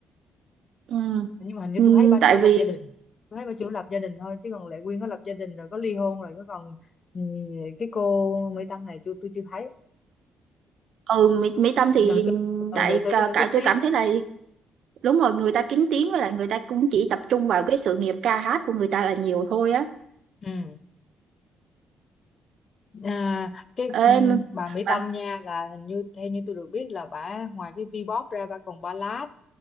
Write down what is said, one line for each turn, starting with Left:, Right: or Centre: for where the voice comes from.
Right: Ừ.
Left: nhưng mà hình như
Right: Ừ,
Left: tôi thấy bà
Right: tại
Left: chủ
Right: vì
Left: lập gia đình tôi thấy bà chủ lập gia đình thôi chứ còn Lệ Quyên có lập gia đình rồi có ly hôn rồi có còn ừ, cái cô Mỹ Tâm này tôi tôi chưa thấy
Right: ừ Mỹ, Mỹ Tâm thì
Left: đời tôi ừ,
Right: tại
Left: đời tôi
Right: cả,
Left: có phải
Right: cả
Left: kín
Right: tôi
Left: tiếng
Right: cảm thấy là đúng rồi người ta kín tiếng với lại người ta cũng chỉ tập trung vào cái sự nghiệp ca hát của người ta là nhiều thôi á
Left: ừ À, cái
Right: Ê,
Left: ừm,
Right: mà-
Left: bà Mỹ
Right: à,
Left: Tâm nha là hình như theo như tôi được biết là bà ngoài cái V-pop ra bà còn ballad